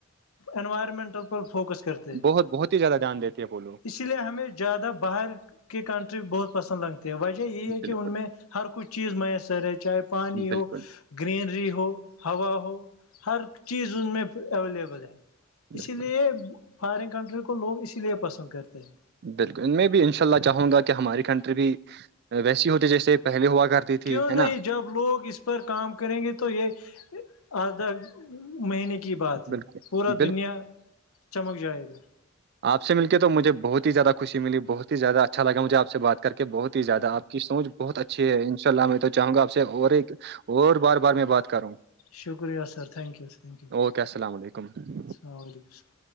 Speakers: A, on the left; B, on the right.
A: انوائرمنٹل پر فوکس کرتی
B: بہت بہت ہی زیادہ دھیان دیتے ہیں وہ لوگ
A: اسی لیے ہمیں زیادہ باہر کے کنٹری بہت پسند لگتی ہیں وجہ یہی ہے
B: بالکل
A: کہ ان میں ہر کوئی چیز میسر ہے چاہے پانی
B: بالکل
A: ہو گرینری ہو ہوا ہو ہر چیز ان میں اویلیبل ہے
B: بالکل
A: اسی لیے فارن کنٹری کو لوگ اسی لیے پسند کرتے ہیں
B: بالکل میں بھی ان شاء اللہ چاہوں گا کہ ہماری کنٹری بھی ویسی ہوتی جیسے پہلے ہوا کرتی تھی
A: کیوں نہیں
B: ہے نا
A: جب لوگ اس پر کام کریں گے تو یہ آدھا مہینے کے کی بات
B: بالکل
A: ہے پورا دنیا چمک جائے گا
B: <inaudible> آ پ سے مل کے تو مجھے بہت ہی زیادہ خوشی ملی بہت ہی زیادہ اچھا لگا مھے آ پ سے بات کر کے بہت ہی زیادہ آ پکی سوچ بہت اچھی ہے ان شاء اللہ میں تو چاہوں گا آپ سے اور ایک اور بار بار میں بات کر وں
A: شکریہ sir thank you thank you
B: okay السلام علیکم
A: السلام علیکم السلام